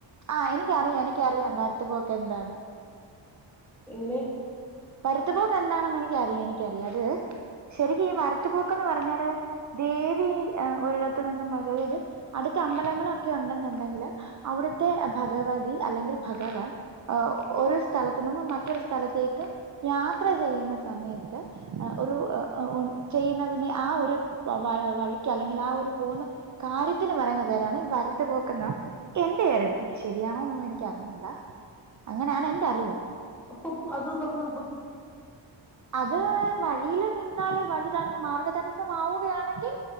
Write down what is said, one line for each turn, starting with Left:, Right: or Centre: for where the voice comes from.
Right: ആ എനിക്കറിയാം എനിക്കറിയാം വര്ത്ത് പോക്കെന്താന്ന്
Centre: എങ്ങനെ
Right: വരത്തുപോക്ക് എന്താണെന്ന് എനിക്ക് അറിയാം എനിക്കറിയാം അത് ശരിക്കും ഈ വരത്തുപോക്ക്ന്ന് പറഞ്ഞാല് ദേവി ഒരിടത്തു നിന്നും അതായത് അടുത്ത അമ്പലങ്ങളൊക്കെ ഉണ്ടെന്നുണ്ടെങ്കിൽ അവിടുത്തെ ഭഗവതി അല്ലെങ്കിൽ ഭഗവാൻ ഒരു സ്ഥലത്തു നിന്നും മറ്റൊരു സ്ഥലത്തേക്ക് യാത്ര ചെയ്യുന്ന സമയത്ത് ഒരു ചെയ്യുന്നതിന്റെ ആ ഒരു വ വഴിക്ക് അല്ലെങ്കിൽ ആ ഒരു പോകുന്ന കാര്യത്തിന് പറയുന്ന പേരാണ് വരത്തു പോക്കന്ന് എൻന്റെ അറിവ് എനിക്ക് ശരിയാണോ എന്നൊ എനിക്ക് അറിഞ്ഞുകൂടാ അങ്ങനെയാണ് എന്റെ അറിവ്
Centre: അപ്പം അത് നമ്മള്
Right: അത് വഴിയില് നിന്നാല് വഴിതട മാർഗ്ഗതടസ്സംമാവുകയാണെങ്കിൽ